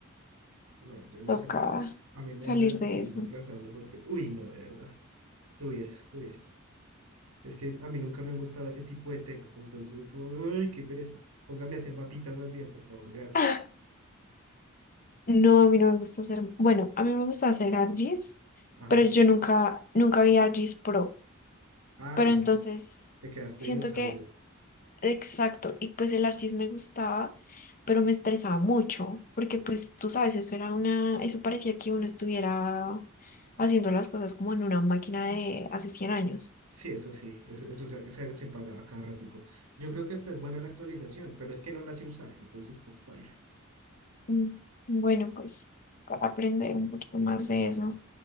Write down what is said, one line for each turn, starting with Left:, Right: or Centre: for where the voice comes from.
Right: No, yo no
Left: toca
Right: sé, pero a mí me
Left: salir
Right: dan ganas de
Left: de
Right: seguirme
Left: eso.
Right: aplazando porque, uy, no, de verdad, tuvieras, tuvieras. Es que a mí nunca me han gustado ese tipo de temas, entonces es como, uy, qué pereza. Póngame a hacer mapitas más bien, por favor, gracias.
Left: <laughs> No, a mí no me gusta hacer, bueno, a mí me gusta hacer ARGIS,
Right: Ajá.
Left: pero yo nunca, nunca vi ARGIS Pro.
Right: Ah,
Left: Pero
Right: no,
Left: entonces
Right: te quedaste
Left: siento
Right: dinosaurio.
Left: que, exacto, y pues el archis me gustaba, pero me estresaba mucho, porque pues tú sabes, eso era una, eso parecía que uno estuviera haciendo las cosas como en una máquina de hace cien años.
Right: Sí, eso sí, eso, eso se, se, se pagaba cada ratico. Yo creo que esta es buena la actualización, pero es que no la sé usar, entonces pues baila.
Left: Mm, Bueno, pues para aprender un poquito más de eso,